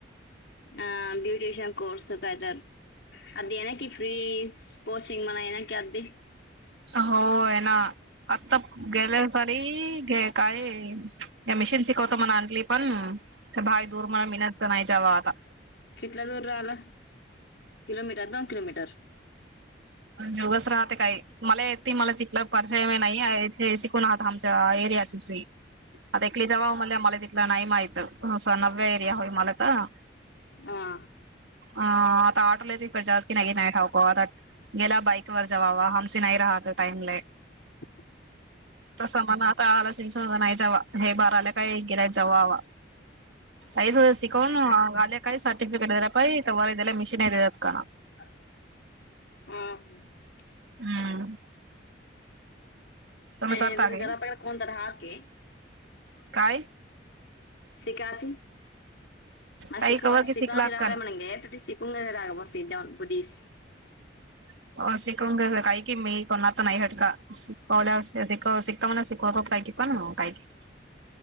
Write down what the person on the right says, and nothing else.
हो आहे ना. आता गेले साली काय मशीन शिकवत म <unintelligible> ण आणली पण- तर भाई दूर मला मिनतच नाही जावा आता.
जवसच राहते काय, मला येत ती मला तिथला परचयम नाही शिकून आहात आमच्या एरियाची. आता एकली जव म्हणल्या मला तिथलं नाही माहित, अस नव्या एरिया होई मला तर.
<unintelligible> गेला बाईक वर जवावा, हमसे नाही राहत टाईमले.
तसं मण आता आला चिंच नाही जावा, हे बार आल्या काही गेलायत जावावा. साईज वगैर शिकवून आल्या काही सर्टिफिकेट दिला पाहि, तवा तीला मशीन देतात का?
हम्म. तुम्ही
करता का
काय?
काही
कवर कि
शिकलात
का
<unintelligible> पण म काय.